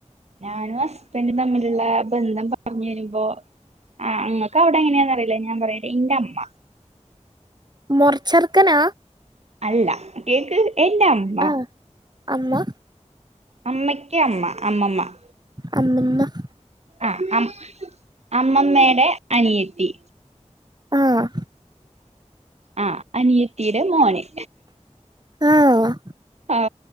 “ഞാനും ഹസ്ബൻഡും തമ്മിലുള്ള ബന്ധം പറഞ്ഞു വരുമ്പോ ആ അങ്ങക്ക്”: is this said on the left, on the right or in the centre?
Right